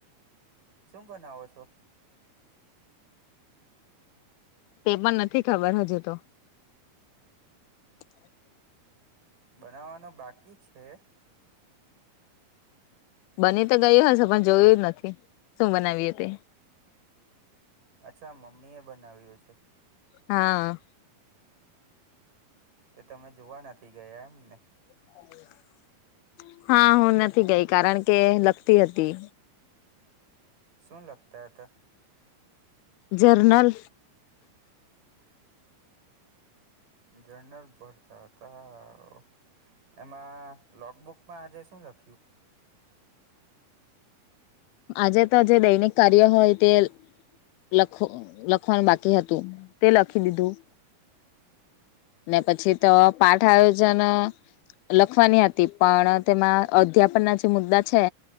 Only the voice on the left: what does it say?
તે પણ નથી ખબર હજુ તો. <inaudible>
બની તો ગયુ હશે પણ જોયું ય નથી શું બનાવીએ તે.
હા.
<unintelligible> હા હું નથી ગઈ કારણ કે લગતી હતી.
જર્નલ.
આજે તો જે દૈનિક કાર્ય હોય તે. લખુ લખવાનું બાકી હતું તે લખી દીધું. ને પછી તો પાઠ આયોજન. લખવાની હતી પણ તેમાં અધ્યાપન ના જે મુદ્દા છે